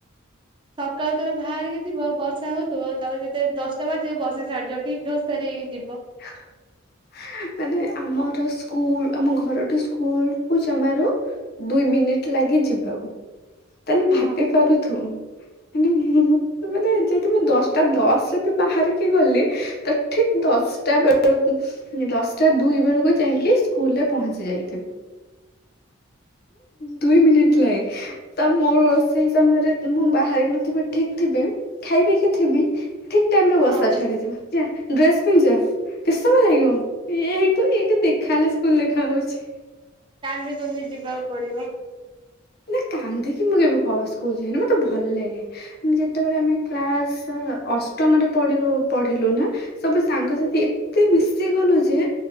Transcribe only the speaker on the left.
<unintelligible> ମାନେ ଆମର ସ୍କୁଲ ଆମ ଘରୁଠୁ ସ୍କୁଲକୁ ଜମାରୁ ଦୁଇ ମିନି ଲାଗେ ଯିବାକୁ ତାନେ ଭାବି
ପାରୁଥ ମାନେ ମୁଁ ମାନ୍ ନେ ଯଦି ମୁଁ ଦଶଟା ଦଶରେ ବି ବାହାରିକି ଗଲି ତ ଠିକ୍ ଦଶଟା ବେଳକୁ ଦଶଟା ଦୁଇ ବେଳକୁ ଯାଇକି ସ୍କୁଲରେ ପହଞ୍ଚି ଯାଇଥିବି। ଦୁଇ ମିନିଟ ଲାଗେ ତ ମୁଁ ସେଇ ସମୟରେ ମୁଁ ବାହାରି ନଥିବି ଠିକ ଥିବେ। ଖାଇପିକିି ଥିବି ଠିକ ଟାଇମ ରେ
ବର୍ଷା ଛାଡିଯିବ। ଡ୍ରେସ ପିନ୍ଧଚ କେତେ ସମୟ ଲାଗିବ ଏଇଠୁ ଏଇଠୁ ଦେଖାହଲେ ସ୍କୁଲ ଦେଖା ହଉଛି।
ନା କାନ୍ଦିକି ମୁଁ କେବେ ସ୍କୁଲ ଯାଏନି ମତେ ଭଲ ଲାଗେ ଯେତେବେଳେ ଆମେ କ୍ଲାସ ଅସ ଅଷ୍ଟମ ପଢିଲୁ ନା ସବୁ ସାଙ୍ଗସାଥି ଏତେ ମିଶି ଗଲୁ ଯେ